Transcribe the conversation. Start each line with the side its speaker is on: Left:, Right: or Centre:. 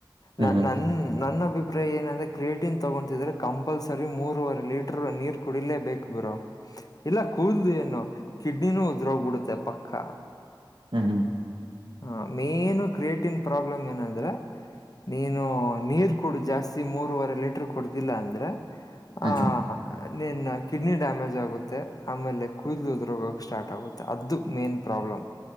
Right: ಹ್ಮ್
Left: ನ
Right: ಹ್ಮ್
Left: ನನ್ ನನ್ನ ಅಬ್ ಅಭಿಪ್ರಾಯ ಏನಂದ್ರೆ ಕ್ರೇಟಿನ್ ತಗೊತಿದ್ರೆ ಕಂಪಲ್ಸರಿ ಮೂರುವರೆ ಲೀಟರ್ ನೀರ್ ಕುಡಿಲೇಬೇಕು ಬ್ರೋ ಇಲ್ಲ ಕೂದಲು ಏನು ಕಿಡ್ನಿನೂ ಉದ್ರೋಗ್ಬಿಡುತ್ತೆ ಪಕ್ಕ
Right: ಹ್ಮ್ಮ ಹ್ಮ್ಮ್
Left: ಹ ಮೇನು ಕ್ರಿಯೇಟನ್ ಪ್ರಾಬ್ಲಮ್ ಏನಂದ್ರೆ ನೀನು ನೀರ್ ಕುಡ ಜಾಸ್ತಿ ಮೂರುವರೆ ಲೀಟರ್ ಕುಡುದಿಲ್ಲ ಅಂದ್ರೆ ಹ
Right: ಹ್ಮ್ ಹ್ಮ್
Left: ನಿನ್ನ ಕಿಡ್ನಿ ಡ್ಯಾಮೇಜ್ ಆಗುತ್ತೆ ಆಮೇಲೆ ಕುಯ್ಲು ಉದ್ರೂ ಸ್ಟಾರ್ಟ್ ಆಗುತ್ತೆ ಅದು ಮೇನ್ ಪ್ರಾಬ್ಲಮ್